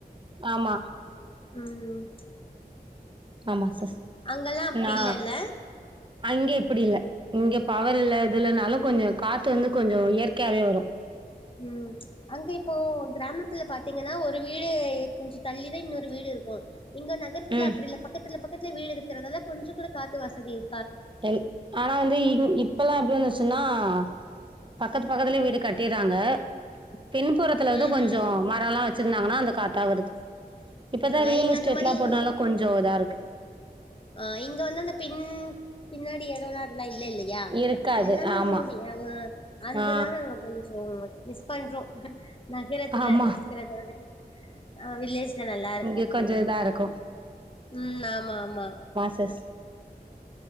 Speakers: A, on the right; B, on the left.
A: ஆமா
B: ம் ம்
A: ஆமா சிஸ்
B: அங்கல்லா அப்டி
A: நா
B: இல்லல்ல
A: அங்க இப்டி இல்ல இங்க பவர் இல்ல இதுலனாலு கொஞ்சோ காத்து வந்து கொஞ்சோ இயற்கையாவே வரு
B: ம் அங்க இப்போ கிராமத்துல பா த்தீங்கன்னா ஒரு வீடு கொஞ்சோ தள்ளிதா இன்னொரு வீடு இருக்கு இங்க நகரத்துல
A: ம்
B: அப்டி இல்ல பக்கத்துல பக்கத்துல வீடு இருக்கறதால கொஞ்சோ கூட காத்து வசதி இ
A: எங் ஆனா வந்து இங் இப்பல்லா எப்டி வச்சுன்னா ஆ பக்கத்து பக்கத்துலே வீடு கட்டீற்றாங்க பின்புறத்துல வந்து
B: ம்
A: கொஞ்சோ
B: ம்
A: மரலா வச்சிருந்தாங்கன்னா அந்த காத்தா வருது இப்பதா
B: ஆ
A: ரியல்
B: இங்க
A: எஸ்டேட்லா
B: அந்த மாரி
A: போட்டனால கொஞ்சோ இதாருக்கு
B: ஆ இங்க வந்து அந்த பின் பின்னாடி எடலா இல்ல இல்ல இல்லயா
A: இருக்காது
B: எல்லாமே
A: ஆமா
B: மூடி ஆ அந்தனாலா
A: ஆ
B: அங்க கொஞ்சொ மிஸ் பண்றோ நகரத்துல
A: ஆமா
B: இருக்குறத விட ஆ வில்லேஜ் ல நல்லாருக்க
A: இங்க கொஞ்சோ இதா இருக்கு
B: <unintelligible> ம் ஆமா ஆமா
A: சிஸ்